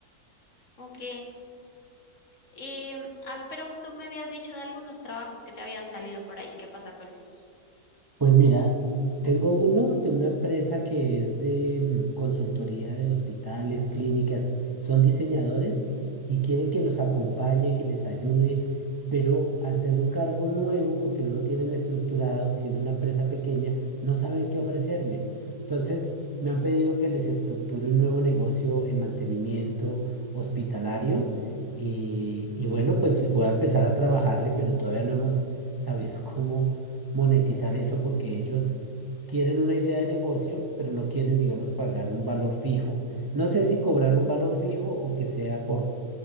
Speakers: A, on the left (about 55°); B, on the right (about 35°).
A: Ok. Em, a ver, pero tú me habías dicho de algunos trabajos que te habían salido por ahí. ¿Qué pasa con esos?
B: Pues mira, tengo uno de una empresa que es de mm, consultoría de hospitales, clínicas, son diseñadores y quieren que los acompañe, que les ayude, pero al ser un cargo nuevo, porque no lo tienen estructurado, siendo una empresa pequeña, no saben qué ofrecerme. Entonces, me han pedido que les estructure un nuevo negocio en mantenimiento hospitalario y, y bueno, pues voy a empezar a trabajarle, pero todavía no hemos sabido <laughs> cómo monetizar eso porque ellos quieren una idea de negocio, pero no quieren, digamos, pagar un valor fijo. No sé si cobrar un valor fijo o que sea por,